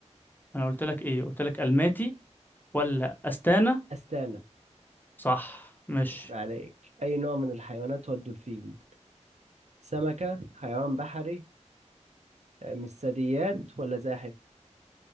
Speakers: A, on the left; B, on the right.
A: انا قلت لك ايه قلت لك الماتي ولا استانا
B: استانا
A: صح ماشي
B: يبقى عليك اي نوع من الحيوانات هو الدولفين سمكه حيوان بحري مش ثدييات ولا زاحف